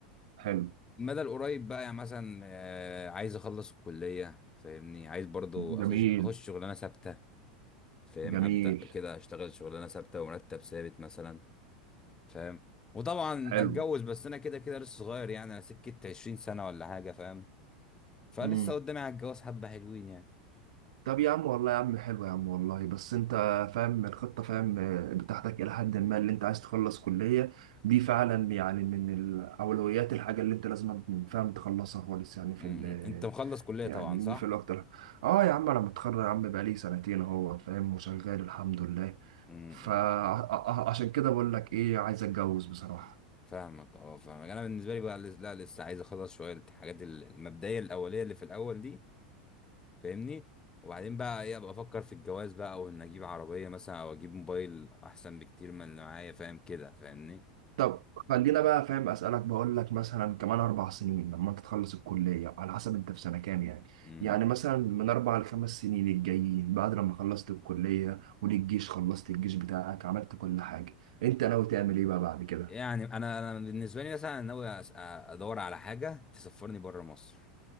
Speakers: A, on the right; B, on the left.
A: حلو
B: المدى القريب بقى يعني مثلا آه، عايز اخلص الكليه فاهمني عايز برضو
A: جميل
B: اخش اخش شغلانه ثابته فاهم
A: جميل
B: ابدا كده اشتغل شغلانه ثابته ومرتب ثابت مثلا فاهم وطبعا
A: حلو
B: اتجوز بس انا كده كده لسه صغير يعني انا سكه 20 سنه ولا حاجه فاهم فلسه
A: مم.
B: قدامي على الجواز حبه حلوين يعني
A: طب يا عم والله يا عم حلو يا عم والله بس انت فاهم الخطة فاهم آه، بتاعتك الى حد ما اللي انت عايز تخلص كلية دي فعلا يعني من الاولويات الحاجة اللي انت لازم فاهم تخلصها خالص يعني في
B: م-
A: ال
B: م. انت مخلص كليه
A: يعني
B: طبعا صح
A: في الوقت ده اه يا عم انا متخرج يا عم بقالي سنتين اهو فاهم وشغال الحمد لله
B: امم
A: فعشان كده بقول لك ايه عايز اتجوز بصراحة
B: فاهمك اه فاهمك انا بالنسبه لي بقى لس- لا لسه عايز اخلص شويه الحاجات ال- المبدئيه الاوليه اللي في الاول دي فاهمني وبعدين بقى ايه ابقى افكر في الجواز بقى او ان اجيب عربيه مثلا او اجيب موبايل احسن بكتير من اللي معايا فاهم كده فاهمني
A: طب خلينا بقى فاهم اسالك بقول لك مثلا كمان اربع سنين لما انت تخلص الكليه على حسب انت في سنه كام يعني
B: امم
A: يعني مثلا من اربع لخمس سنين الجايين بعد لما خلصت الكليه والجيش خلصت الجيش بتاعك عملت كل حاجه انت ناوي تعمل ايه بقى بعد كده
B: يعني انا انا بالنسبه لي مثلا ناوي أس- أ- ادور على حاجه تسفرني بره مصر